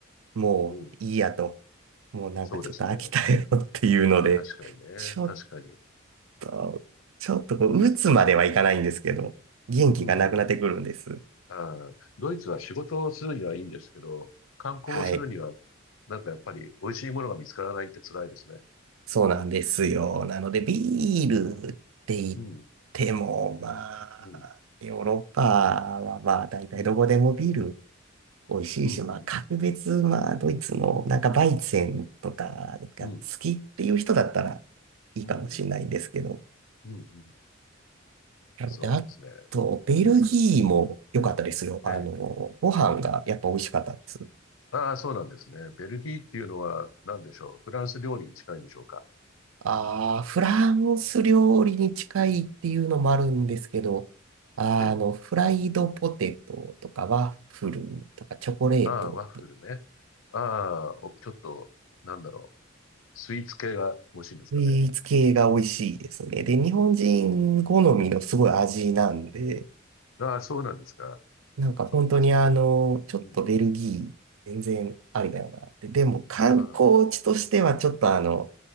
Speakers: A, on the right (about 80°); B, on the left (about 75°).
A: もういいやと、
B: うん。
A: もうなんかちょっと飽きたよっていうので、
B: そうですね。確かにね。
A: ちょっ
B: 確かに。
A: と、ちょっとこう、打つまではいかないんですけど、元気がなくなってくるんです。
B: うん。あー、ドイツは仕事をするにはいいんですけど、観光をするには、
A: はい。
B: なんかやっぱり美味しいものが見つからないって辛いですね。
A: そうなんですよ。なので、ビールって言っ
B: うん。うん。
A: ても、まあ、
B: うん。
A: ヨーロッパはまあ、大体どこでもビール
B: うん。
A: 美味しいし、
B: うん。
A: まあ、
B: うん。
A: 格別、まあ、ドイツのなんかバイツェンとかが好きっていう人だったら
B: うん。
A: いいかもしれないんですけど。
B: うん。うん。うん
A: なので、
B: そうですね。
A: あと、ベルギーも良かったですよ。
B: うん。
A: あの、
B: ええ。
A: ご飯がやっぱ美味しかったです。
B: ああ、そうなんですね。ベルギーっていうのは何でしょう。フランス料理に近いんでしょうか。
A: ああ、フランス料理に近いっていうのもあるんですけど、あの、
B: ええ。
A: フライドポテトとかワッフルとかチョコレート、
B: ああ、ワッフルね。ああ、お、ちょっと、なんだろう。スイーツ系が欲しいんですかね。
A: スイーツ系が美味しいですね。
B: うん。
A: で、日本人好みのすごい味なんで、
B: うんああ、そうなんですか。
A: なんか本当にあの、
B: そっかそっか。
A: ちょっとベルギー、
B: うん。
A: 全然ありだよなって。でも観光地としてはちょっとあの、
B: ああ、